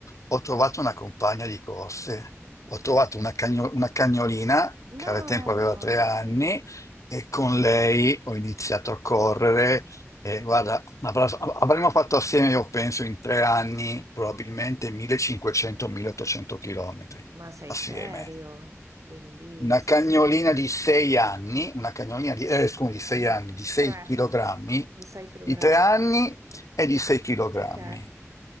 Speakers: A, on the left; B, on the right.
A: ho trovato una compagna di corse, ho trovato una, cagno- una cagnolina che
B: No,
A: al tempo aveva tre anni e con lei ho iniziato a correre e guarda, avrà- avremmo fatto assieme, io penso, in tre anni probabilmente 1500-1800 km
B: ma sei
A: assieme.
B: serio? Bellissimo.
A: Una cagnolina di 6 anni, una cagnolina di, eh, scusi, di 6 anni,
B: Di
A: di 6
B: 3,
A: kg,
B: di 6 kg.
A: di 3 anni e di 6 kg.
B: Ok.